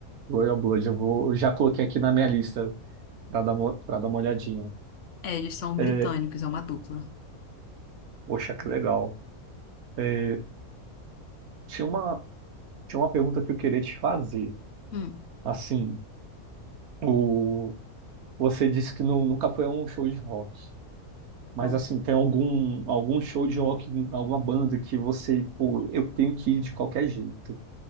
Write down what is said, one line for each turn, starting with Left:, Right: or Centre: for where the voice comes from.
Right: Royal Blood. Eu vou, eu já coloquei aqui na minha lista para dar, mo- pra dar uma olhadinha.
Left: É, eles são
Right: É,
Left: britânicos, é uma dupla.
Right: poxa, que legal. É, tinha uma, tinha uma pergunta que eu queria te fazer.
Left: Hum.
Right: Assim, o, você disse que nu- nunca foi a um show de rock. Mas
Left: Não.
Right: assim, tem algum, algum show de rock, alguma banda que você, pô, eu tenho que ir de qualquer jeito.